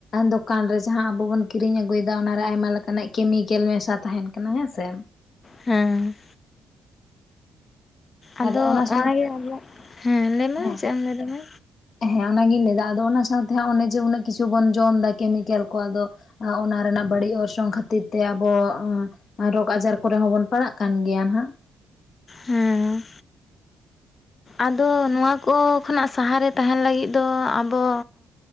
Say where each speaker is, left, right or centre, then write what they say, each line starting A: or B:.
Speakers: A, on the left (about 55°); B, on the left (about 35°).
A: ᱫᱚᱠᱟᱱ ᱨᱮ ᱡᱟᱦᱟᱸ ᱟᱵᱚ ᱵᱚᱱ ᱠᱤᱨᱤᱧ ᱟᱹᱜᱩᱭᱮᱫᱟ ᱚᱱᱟᱨᱮ ᱟᱭᱢᱟ ᱞᱮᱠᱟᱱᱟᱜ ᱠᱮᱢᱤᱠᱮᱞ ᱢᱮᱥᱟ ᱛᱟᱦᱮᱱ ᱠᱟᱱᱟ ᱦᱮᱸᱥᱮ
B: ᱦᱮᱸ ᱟᱫᱚ
A: ᱟᱨ ᱚᱱᱟ
B: ᱚᱱᱟᱜᱮ
A: ᱥᱟᱶᱛᱮ
B: ᱟᱢᱟᱜ ᱦᱮᱸ ᱞᱟᱹᱭᱢᱮ
A: ᱦᱮᱸ
B: ᱪᱮᱫ ᱮᱢ ᱞᱟᱹᱭᱫᱟᱢᱟ
A: ᱦᱮᱸ ᱚᱱᱟᱜᱤᱧ ᱞᱟᱹᱭᱫᱟ ᱟᱫᱚ ᱚᱱᱟ ᱥᱟᱶᱛᱮ ᱚᱱᱮ ᱡᱮ ᱩᱱᱟᱹᱜ ᱠᱤᱪᱷᱩ ᱵᱚᱱ ᱡᱚᱢ ᱮᱫᱟ ᱠᱮᱢᱤᱠᱮᱞ ᱠᱚ ᱟᱫᱚ ᱚᱱᱟ ᱨᱮᱱᱟᱜ ᱵᱟᱹᱲᱤᱡ ᱚᱨᱥᱚᱝ ᱠᱷᱟᱹᱛᱤᱨ ᱛᱮ ᱟᱵᱚ ᱨᱳᱜᱽ ᱟᱡᱟᱨ ᱠᱚᱨᱮ ᱦᱚᱸᱵᱚᱱ ᱯᱟᱲᱟᱜ ᱠᱟᱱ ᱜᱮᱭᱟ ᱱᱟ ᱦᱟᱸᱜ ᱦᱮᱸ
B: ᱦᱮᱸ ᱟᱫᱚ ᱱᱚᱣᱟ ᱠᱚ ᱠᱷᱚᱱᱟᱜ ᱥᱟᱦᱟᱨᱮ ᱛᱟᱦᱮᱱ ᱞᱟᱹᱜᱤᱫ ᱫᱚ ᱟᱵᱚ